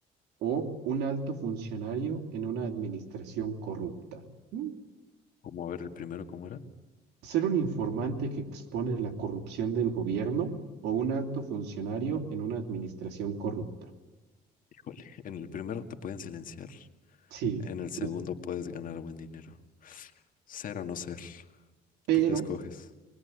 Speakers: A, on the right; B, on the left.
A: o un alto funcionario en una administración corrupta? ¿Mm?
B: ¿Cómo ver el primero cómo era?
A: ¿Ser un informante que expone la corrupción del gobierno o un alto funcionario en una administración corrupta?
B: Híjole, en el primero te pueden silenciar,
A: Sí,
B: en el segundo
A: pues,
B: puedes ganar buen dinero. Ser o no ser,
A: pero,
B: ¿tú qué escoges?